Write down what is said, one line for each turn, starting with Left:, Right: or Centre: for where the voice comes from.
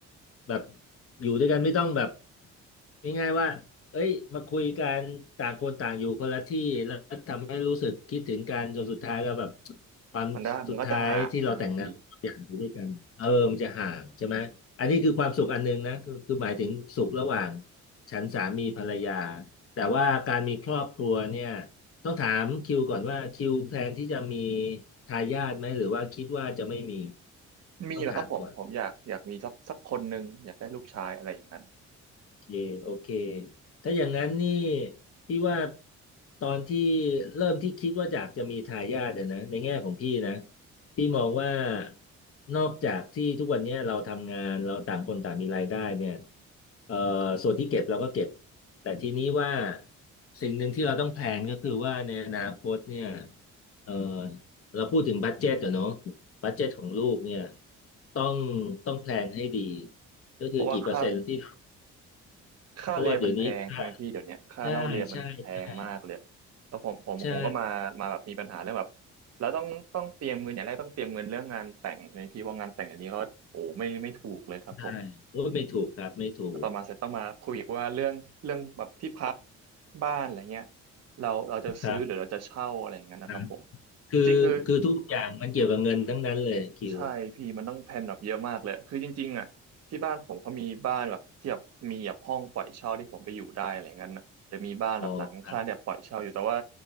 Left: แบบอยู่ด้วยกันไม่ต้องแบบง่ายๆว่าเอ้ยมาคุยกันต่างคนต่างอยู่คนละที่แล้วทำให้รู้สึกคิดถึงกันจนสุดท้ายแล้วแบบความสุดท้ายที่เราแต่งงาน
Right: มันได้มันก็จะห่างใช่ไหมพี่
Left: อย่างอยู่ด้วยกันเออมันจะห่างใช่ไหม อันนี้คือความสุขอันหนึงนะคือคือหมายถึงสุขระหว่างฉันสามีภรรยา แต่ว่าการมีครอบครัวเนี่ยต้องถามคิวก่อนว่าคิวแพลนที่จะมีทายาทไหมหรือว่าคิดว่าจะไม่มี
Right: มีแหละครับผมผมอยากอยากมีสักสักคนหนึ่งอยากได้ลูกชายอะไรอย่างนั้น
Left: ต้องถามก่อน เคโอเคถ้าอย่างนั้นนี่พี่ว่าตอนที่เริ่มที่คิดว่าอยากจะมีทายาทอะนะในแง่ของพี่นะพี่มองว่านอกจากที่ทุกวันเนี้ยเราทำงานเราต่างคนต่างมีรายได้เนี่ยเอ่อส่วนที่เก็บเราก็เก็บแต่ทีนี้ว่าสิ่งหนึ่งที่เราต้องแพลนก็คือว่าในอนาคตเนี่ยเอ่อเราพูดถึงบัดเจ็ตอะเนาะบัดเจ็ตของลูกเนี่ยต้องต้องแพลนให้ดีก็คือกี่เปอร์เซ็นต์ที่
Right: เพราะว่าค่า ค่าเรียนมันแพงใช่ไหมพี่เดี๋ยวเนี้ยค่าเล่าเรียนมันแพงมากเลย
Left: เพราะว่าเดี๋ยวนี้ค่าใช่ใช่ใช่
Right: แล้วผมผมผมก็มามาแบบมีปัญหาเรื่องแบบ
Left: ใช่
Right: แล้วต้องต้องเตรียมเงินอย่างแรกต้องเตรียมเงินเรื่องงานแต่งใช่ไหมพี่เพราะงานแต่งอันนี้ก็โอ้ไม่ไม่ถูกเลยครับผม
Left: ใช่โอ้ยไม่ถูกครับ ไม่ถูก
Right: แล้วต่อมาเสร็จต้องมาคุยอีกว่าเรื่องเรื่องแบบที่พักบ้านอะไรเงี้ยเราเราจะซื้อหรือเราจะเช่าอะไรอย่างเงี้ยนะครับผม
Left: ครับครับคือคือทุกอย่างมันเกี่ยวกับเงินทั้งนั้นเลยคิว
Right: จริงๆคือ ใช่พี่มันต้องแพลนแบบเยอะมากเลยคือจริงๆอ่ะที่บ้านผมเขามีบ้านแบบที่แบบมีแบบห้องปล่อยเช่าที่ผมไปอยู่ได้อะไรเงี้ยนะหรือมีบ้านแบบหลังคาแบบปล่อยเช่าอยู่แต่ว่า
Left: อ๋อครับ